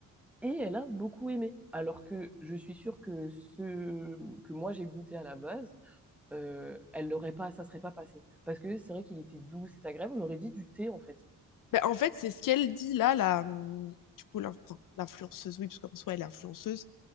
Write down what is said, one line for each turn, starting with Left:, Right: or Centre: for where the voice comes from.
Centre: Et elle a beaucoup aimé. Alors que je suis sûre que ce que moi j'ai goûté à la base, euh, elle l'aurait pas, ça serait pas passé. Parce que c'est vrai qu'il était doux, c'est agréable, on aurait dit du thé, en fait.
Left: Ben, en fait, c'est ce qu'elle dit là, la, hum, du coup, l'in- enfin, l'influenceuse, oui, parce qu'en soi, elle est influenceuse.